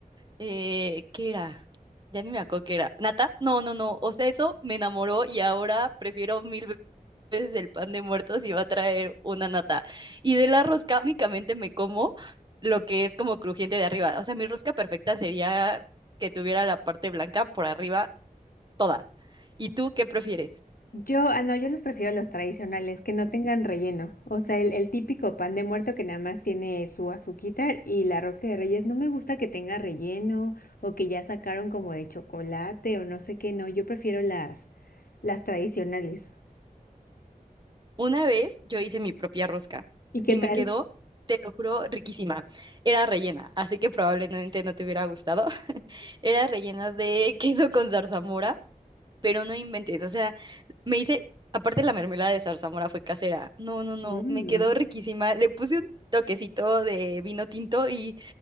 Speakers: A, on the right; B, on the left.
A: eh, ¿qué era? Ya ni me acuerdo qué era. ¿Nata? No, no, no. O sea, eso me enamoró y ahora prefiero mil ve- veces el pan de muertos y va a traer una nata. Y de la rosca únicamente me como lo que es como crujiente de arriba. O sea, mi rosca perfecta sería que tuviera la parte blanca por arriba toda. ¿Y tú qué prefieres?
B: Yo, ah, no, yo los prefiero los tradicionales, que no tengan relleno. O sea, el, el típico pan de muerto que nada más tiene su azuquita y la rosca de reyes. No me gusta que tenga relleno o que ya sacaron como de chocolate o no sé qué. No, yo prefiero las, las tradicionales.
A: Una vez yo hice mi propia rosca
B: ¿Y qué
A: y
B: tal?
A: me quedó, te lo juro, riquísima. Era rellena, así que probablemente no te hubiera gustado. Era rellena de <laughs> queso con zarzamora, pero no inventes, o sea, me hice, aparte la mermelada de zarzamora fue casera. No, no, no,
B: Mm.
A: me quedó riquísima. Le puse un toquecito de vino tinto y